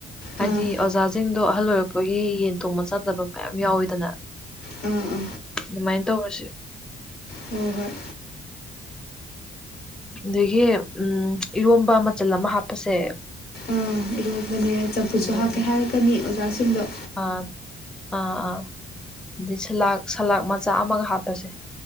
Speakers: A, in the centre; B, on the left (about 50°).
A: ꯍꯥꯏꯗꯤ
B: ꯑꯥ
A: ꯑꯣꯖꯥꯖꯤꯡꯗꯣ ꯑꯍꯜ ꯑꯣꯏꯔꯛꯄꯒꯤ ꯌꯦꯟ ꯊꯣꯡꯕ ꯆꯥꯗꯕ ꯃꯌꯥꯝ ꯌꯥꯎꯋꯤꯗꯅ
B: ꯑꯥ ꯑꯥ
A: ꯑꯗꯨꯃꯥꯏ ꯇꯧꯔꯁꯤ
B: ꯍꯣꯏ ꯍꯣꯏ
A: ꯑꯗꯒꯤ ꯎꯝ ꯏꯔꯣꯝꯕ ꯃꯆꯜ ꯑꯃ ꯍꯥꯞꯄꯁꯦ
B: ꯑꯥ ꯏꯔꯣꯟꯕꯅꯦ ꯆꯝꯐꯨꯠꯁꯨ
A: ꯑꯗꯒꯤ
B: ꯍꯥꯞꯀꯦ ꯍꯥꯏꯔꯛꯀꯅꯤ ꯑꯣꯖꯥꯁꯤꯡꯗꯣ
A: ꯑꯥ ꯑꯥ ꯑꯥ ꯑꯗꯤ ꯁꯂꯥꯥꯛ ꯁꯂꯥꯗ ꯃꯆꯥ ꯑꯃꯒ ꯍꯥꯞꯄꯁꯦ